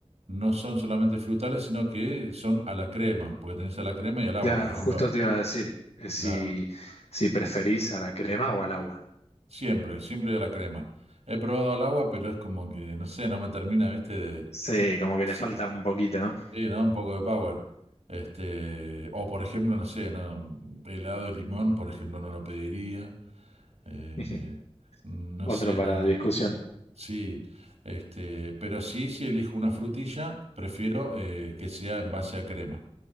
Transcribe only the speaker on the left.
Claro,
justo te iba a decir eh, si,
si preferís a la crema o al agua.
Sí, como que
le falta un poquito, ¿no?
<laughs>
Otro
para
discusión.